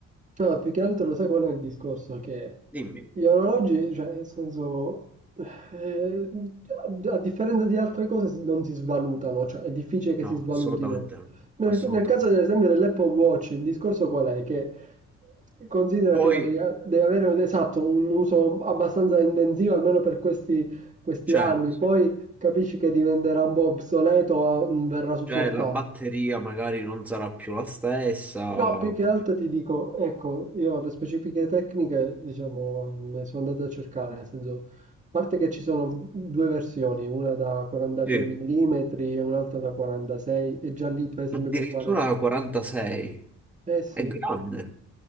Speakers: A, on the right; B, in the centre.
A: No, più che altro lo sai qual è il discorso? Che
B: Dimmi,
A: gli orologi, cioè, nel senso, eh, a a differenza di altre cose si- non si svalutano, cioè è difficile che
B: no,
A: si svalutino.
B: assolutamente no,
A: Nel,
B: assolutamente
A: nel caso, ad esempio,
B: no.
A: dell'Apple Watch, il discorso qual è? Che considera
B: Poi,
A: che lo devi, devi avere esatto, un uso abbastanza intensivo, almeno per questi, questi
B: certo,
A: anni, poi capisci che diventerà un po' obsoleto o non verrà supportato.
B: cioè la batteria magari non sarà più la stessa,
A: No, più che
B: perché-
A: altro ti dico, ecco, io le specifiche tecniche, diciamo, me sono andate a cercare, nel senso, a parte che ci sono due versioni, una da 42
B: sì,
A: mm e un'altra da 46, e già lì per esempio
B: addirittura
A: può valere.
B: 46,
A: Eh sì,
B: è grande,